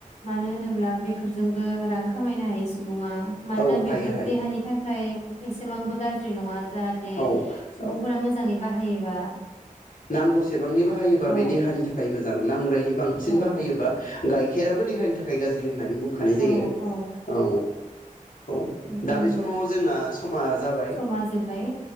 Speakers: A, on the left; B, on the left.
A: मानो होनोब्ला बेफोरजों बो रां खामायनो हायो सुब बुङा मानोना
B: औ
A: बेफोर
B: हायो हायो
A: देहानि थाखाय एसेबांबो गाज्रि नङा जाहाथे
B: औ
A: सुबुंफोरा
B: औ
A: मोजाङै बाहायोबा
B: नांगौसेबांनि बाहायोबा
A: औ
B: बे देहानि थाखाय मो जां नांरायनि बांसिन
A: औ
B: बाहायोबा गाइखेराबो देहानि थाखाय गाज्रि होननानै बुंखानाय
A: औ
B: जायो
A: औ
B: औ औ
A: नोंथां
B: दा बे समाव जोंना समा जाबाय
A: समा जोब्बाय